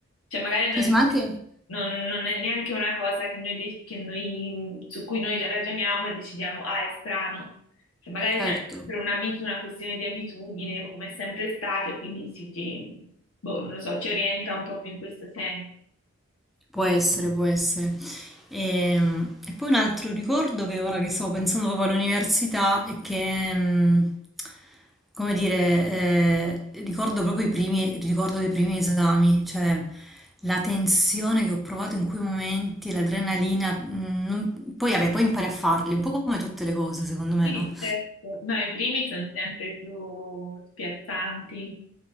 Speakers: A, on the left; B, in the centre.
A: Cioè, magari non,
B: Sì, sì,
A: c'è-
B: ma anche...
A: non- non è neanche una cosa che noi, de- che noi- su cui noi già ragioniamo e decidiamo, ah, è strano. Cioè, magari
B: Certo.
A: se- per un'abitu- una questione di abitudine, come è sempre stato, e quindi si, ci, boh, non lo so, ci orienta un po' più in questo senso.
B: Può essere, può essere. Ehm, E, poi un altro ricordo che ora che stavo pensando proprio all'università è che, mh, come dire, eh, ricordo proprio i primi, ricordo dei primi esami, cioè la tensione che ho provato in quei momenti, l'adrenalina, mh, non- poi vabbè, poi impari a farli, un po' come tutte le cose, secondo me,
A: Sì,
B: no?
A: certo. No, i primi sono sempre più spiazzanti.